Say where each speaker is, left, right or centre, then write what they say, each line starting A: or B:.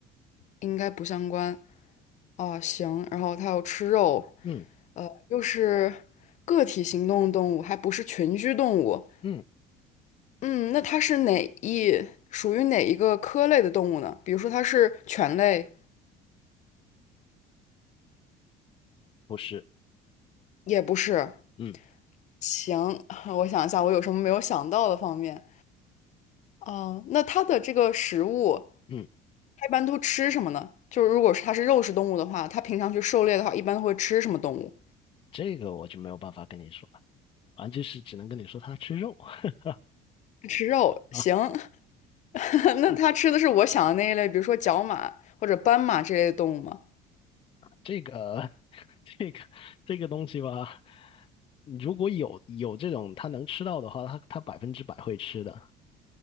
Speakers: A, on the left; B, on the left.
A: 应该不相关哦，行，然后它又吃肉，
B: 嗯
A: 呃，又是个体行动的动物，还不是群居动物，
B: 嗯，
A: 嗯，那它是哪一，属于哪一个科类的动物呢？比如说它是犬类，
B: 不是，
A: 也不是。
B: 嗯
A: 行，<laughs> 我想一下，我有什么没有想到的方面？嗯，那它的这个食物，
B: 嗯，
A: 它一般都吃什么呢？就是如果是它是肉食动物的话，它平常去狩猎的话，一般会吃什么动物？
B: 这个我就没有办法跟你说了，啊，就是只能跟你说他吃肉 <laughs>
A: 吃肉。
B: 啊，
A: 行，<laughs> 那它吃的是我想的那一类，比如说角马或者斑马这类的动物吗？
B: 这个 <laughs> 这个这个东西吧，如果有有这种他能吃到的话，他他百分之百会吃的，